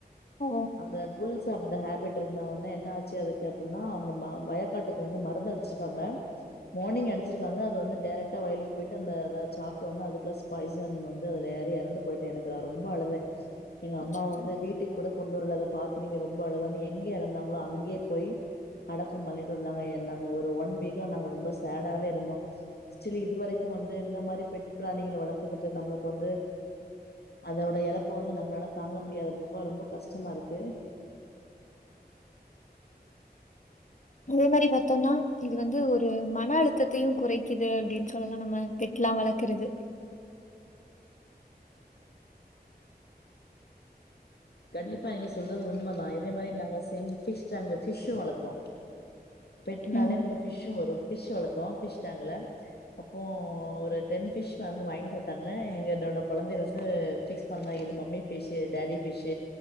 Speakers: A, on the left; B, on the left.
A: ஓ!
B: அந்த புல்ஸ் அந்த ஹேபிட் இருந்தா ஒன்னே என்ன ஆச்சு அதுக்கு அப்டின்னா அவங்க வயக்காட்டுக்கு வந்து மருந்து அடிச்சிருக்காங்க மார்னி்ங் அடிச்சிருக்காங்க அது வந்து டைரெட்ட வயலு போயிட்டு அந்த அத சாப்பிட்டோடனா அதுக்குள்ள ஸ்பாயசன் வந்து அதுல ஏறி எறந்து போயிட்டு எனக்கு ரொம்ப அழுதே எங்க
A: அச்சச்சோ!
B: அம்மா வந்து வீட்டுக்கு கூட கொண்டு வரல அத பாத்து நீங்க ரொம்ப அழவனு எங்க எறந்தாங்களோ அங்கேயே போய் அடக்கம் பண்ணிட்டு வந்தாங்க நாங்க ஒரு ஒன் வீக்கா நாங்க ரொம்ப சேடாவே இருந்தோ ஸ்டில் இதுவரைக்கு வந்து இந்த மாரி பெட் பிராணிகளை வளத்துக்கிட்டு நம்மளுக்கு வந்து அதோட எழப்பு வந்து நம்மளால தாங்க முடியாத போப்ப ரொம்ப கஷ்டமா இருக்கு
A: அதே மாரி பாத்தோம்னா இது வந்து ஒரு மன அழுத்தத்தையு குறைக்குது அப்டின்னு சொல்லலா நம்ம பெட்லா வளக்கறது
B: கண்டிப்பா நீங்க சொல்றது உண்மதா இதே மாரி நாங்க செம் ஃபிஷ் டேங்க் வச்சு ஃபிஷ்ஸு வளத்தோ பெட்னாலே
A: ம்.
B: நம்ம ஃபிஷ்ஸு வரு ஃபிஷ் வளத்தோ ஃபிஷ்டாங்க்ள அப்போ ஒரு டென் ஃபிஷ் வந்து வாங்கி போட்டாங்க எங்க என்னோட கொழந்தை வந்து ஃபிக்ஸ் பண்ணா இது மம்மி ஃபிஷ் இது டாடி ஃபிஷ்